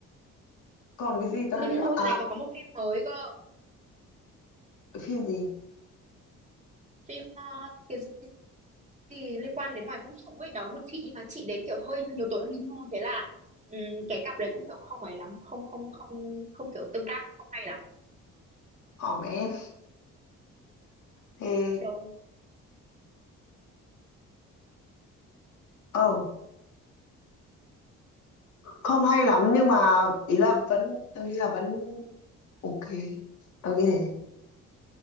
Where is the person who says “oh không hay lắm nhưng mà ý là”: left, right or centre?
Left